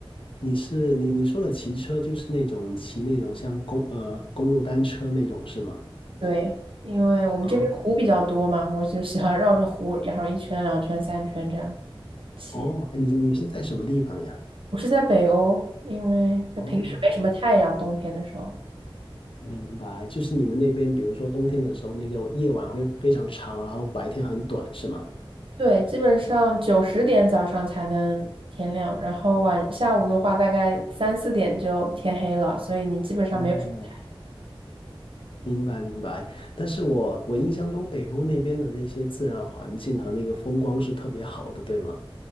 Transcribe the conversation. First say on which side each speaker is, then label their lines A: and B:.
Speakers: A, on the left; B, on the right.
A: 你是你你说的骑车就是那种骑那种像公呃公路单车那种是吗？
B: 对，因为我们这边湖比较多嘛，
A: 啊
B: 我就喜欢绕着湖，然后一圈、两圈、三圈这样。起。
A: 哦，哎你你是在什么地方呀？
B: 我是在北欧，因为就平时没什么太阳，
A: 哦，
B: 冬天的时候，
A: 明白，就是你们那边，比如说冬天的时候，那个夜晚会非常长，然后白天很短，是吗？
B: 对，基本上九十点早上才能天亮，然后晚下午的话，大概三四点就天黑了，所以你基本上没有什么太阳。
A: 哦，明白明白。但是我我印象中北欧那边的那些自然环境和那个风光是特别好的，对吗？